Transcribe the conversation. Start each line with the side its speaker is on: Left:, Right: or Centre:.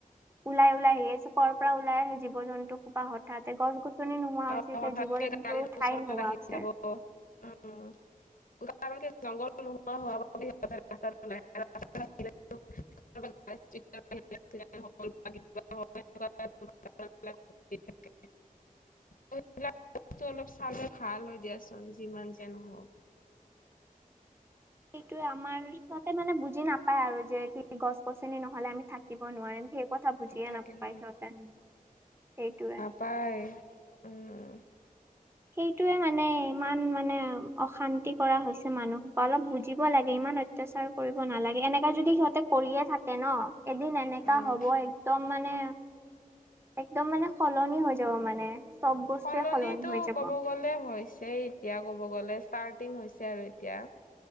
Right: ওলাই, ওলাই আহিব। কৰ পৰা ওলাই আহে জীৱ জন্তু হোপা হঠাতে গছ গছ <unintelligible> নোহোৱা হৈছে
Left: অ'
Right: এতিয়া
Left: হঠাৎকে
Right: জীৱ জন্তু
Left: গাড়ীৰ
Right: থাই
Left: ওচৰত
Right: নোহোৱা
Left: আহি
Right: হৈছে।
Left: যাব। উম, উম। <unintelligible> <unintelligible> এনেকুৱা দুৰ্ঘটনাবিলাক ঘটি থাকে। <unintelligible> অলপ চালে ভাল হয় দিয়াচোন যিমান যে নহক।
Right: সেইটোয়ে আমাৰ সিহঁতে মানে বুজি নাপায় আৰু যে কি গছ <unintelligible> নহ'লে আমি থাকিব নোৱাৰিম সেই কথা বুজিয়ে
Left: থাকিব
Right: নাপায় সিহঁতে, সেইটোৱে।
Left: পায় উম।
Right: সেইটোৱে মানে ইমান মানে অশান্তি কৰা হৈছে মানুহক বা অলপ বুজিব লাগে ইমান অত্যাচাৰ কৰিব নালাগে এনেককা যদি সিহঁতে কৰিয়ে থাকে ন'। এদিন এনেকা
Left: উম।
Right: হ'ব একদম মানে একদম মানে সলনি হৈ যাব মানে চব বস্তুৱে
Left: সলনিটো
Right: সলনি হৈ যা
Left: ক'ব গ'লে হৈছে এতিয়া ক'ব গ'লে ষ্টাৰ্টিং হৈছে আৰু এতিয়া।